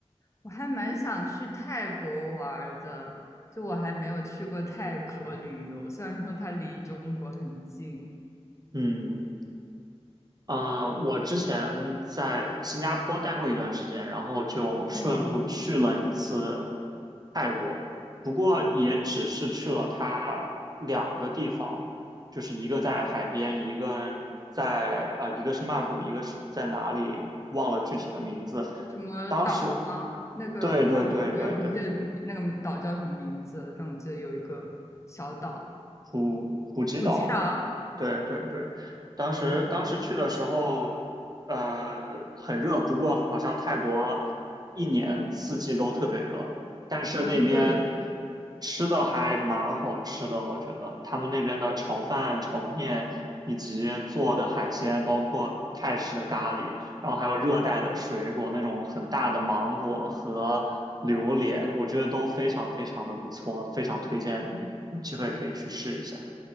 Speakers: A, on the left; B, on the right.
A: 我还蛮想去泰国玩儿的，就我还没有去过泰国旅游，虽然说它离中国很近。
B: 嗯。嗯，我之前在新加坡待过一段时间，然后就顺路去了一次
A: 哦，
B: 泰国，不过也只是去了它两个地方，就是一个在海边，一个在啊、呃一个是曼谷，一个是在哪里忘了具体的名字。
A: 什么岛吗？
B: 当时，
A: 那个忘了，
B: 对对对对对，
A: 我也不记得那个岛叫什么名字但我记得有一个小岛，
B: 普普吉岛。
A: 普吉岛。
B: 对对对，当时当时去的时候，
A: 哦，
B: 呃，很热，不过好像泰国一年四季都特别热，但是那边
A: 哦，对，
B: 吃的还蛮好吃的，我觉得他们那边的炒饭、炒面以及做的海鲜，包括泰式的咖喱，然后还有热带的水果，那种很大的芒果和榴莲，我觉得都非常非常的不错，非常推荐你有机会可以去试一下。